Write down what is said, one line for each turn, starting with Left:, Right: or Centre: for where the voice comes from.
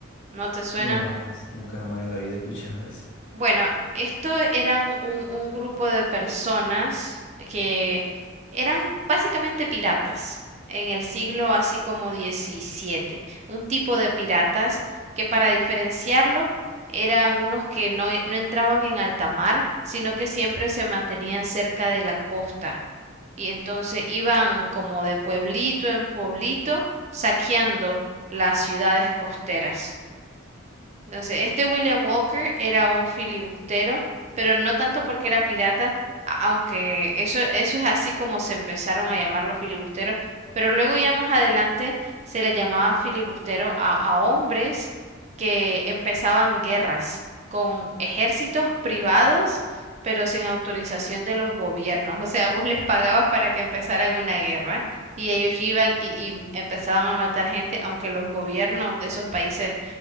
Right: ¿No te suena?
Left: No, jamás. Nunca jamás en la vida he escuchado eso.
Right: Bueno, esto eran un, un grupo de personas que eran básicamente piratas en el siglo así como diecisiete, Un tipo de piratas que para diferenciarlos eran unos que no, no entraban en alta mar, sino que siempre se mantenían cerca de la costa. Y entonces iban como de pueblito en pueblito saqueando las ciudades costeras. Entonces, este William Walker era un filibustero, pero no tanto porque era pirata, a- aunque eso, eso es así como se empezaron a llamar los filibusteros, pero luego ya más adelante se le llamaba filibustero a, a hombres que empezaban guerras con ejércitos privados, pero sin autorización de los gobiernos. O sea, vos les pagabas para que empezaran una guerra y ellos iban y, y empezaban a matar gente, aunque los gobiernos de esos países